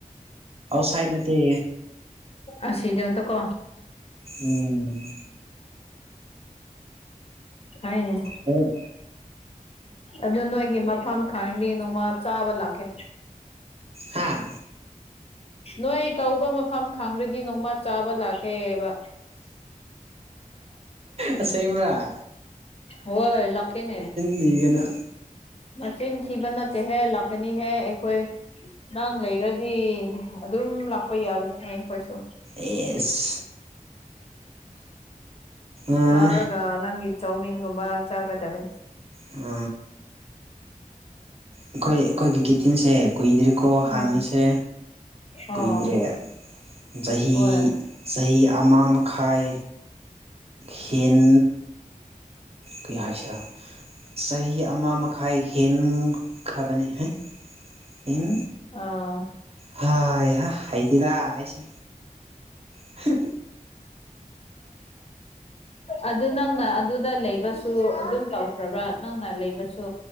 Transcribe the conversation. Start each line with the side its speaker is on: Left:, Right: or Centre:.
Right: ꯑꯥꯎꯠ ꯁꯥꯏꯠ ꯅꯠꯇꯦ
Left: ꯑ ꯁꯤꯗꯗ ꯀꯣ
Right: ꯎꯝ
Left: ꯎꯝ ꯍꯥꯏꯅꯦ
Right: ꯎ
Left: ꯑꯗꯨ ꯅꯣꯏꯒꯤ ꯃꯐꯝ ꯈꯥꯉꯗ ꯅꯣꯡꯃ ꯆꯥꯕ ꯂꯥꯛꯀꯦ
Right: ꯍꯥꯥ
Left: ꯅꯣꯏ ꯇꯧꯕ ꯃꯐꯝ ꯈꯪꯈ꯭ꯔꯗꯤ ꯅꯣꯡꯃ ꯆꯥꯕ ꯂꯥꯛꯀꯦꯕ
Right: ꯑ ꯁꯦꯡ ꯃꯔꯥ
Left: ꯍꯣꯏ ꯂꯥꯛꯀꯦꯅꯦ
Right: ꯂꯩꯒꯅ
Left: ꯃꯆꯤꯟ ꯊꯤꯕꯟ ꯇꯦ ꯍꯦ ꯂꯥꯛ ꯂꯥꯛꯀꯅꯤꯍꯦ ꯑꯩꯈꯣꯏ ꯅꯪ ꯂꯩꯔꯗꯤ ꯑꯗꯨꯝ ꯂꯥꯛ ꯄꯩ ꯌꯥꯕꯅꯤ ꯀꯣꯏꯁꯨ
Right: ꯑꯦꯁ ꯑ
Left: ꯂꯥꯔꯒ ꯅꯪꯒꯤ ꯆꯧꯃꯤꯟꯒꯨꯝꯕ ꯆꯥꯒꯗꯕꯅꯦ
Right: ꯎꯝ ꯑꯩꯈꯣꯏ ꯑꯩꯈꯣꯏꯒꯤ ꯀꯦꯇꯤꯟꯁꯦ ꯀꯨꯏꯗ꯭ꯔꯤꯀꯣ ꯍꯥꯟꯅꯁꯦ
Left: ꯎꯝ ꯑꯣ
Right: ꯀꯨꯏꯗ꯭ꯔꯦ ꯆꯍꯤ
Left: ꯍꯣꯏ
Right: ꯆꯍꯤ ꯑꯃ ꯈꯥꯏ ꯍꯦꯟ ꯀ ꯍꯥꯏꯁꯤꯔꯥ ꯆꯍꯤ ꯑꯃ ꯃꯈꯥꯏ ꯍꯦꯟ ꯈꯔꯕꯅꯦ ꯍꯥꯏ ꯏꯟ
Left: ꯑꯥ
Right: ꯍꯥ ꯍꯥꯏꯩꯗꯤꯤꯗ ꯍꯥꯏꯁꯦ ꯍ
Left: ꯑꯗꯨ ꯅꯪꯅ ꯑꯗꯨꯗ ꯂꯩꯕꯁꯨ ꯑꯗꯨꯝ ꯇꯧꯈ꯭ꯔꯕ꯭ꯔꯥ ꯅꯪꯅ ꯂꯩꯕꯁꯨ